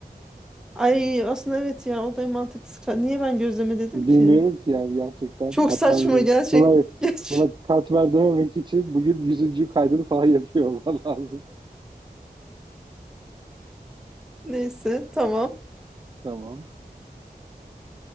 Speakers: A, in the centre; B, on the right.
A: Ay aslında evet ya o da en mantıklısı. Ka- Niye ben gözleme dedim
B: Bilmiyorum
A: ki?
B: ki yani gerçekten
A: Çok
B: katmer.
A: saçma gerçek.
B: Buna,
A: <laughs> Geç.
B: buna katmer dememek için bugün yüzüncü kaydını falan <laughs> yapıyor olman lazım.
A: Neyse tamam.
B: Tamam.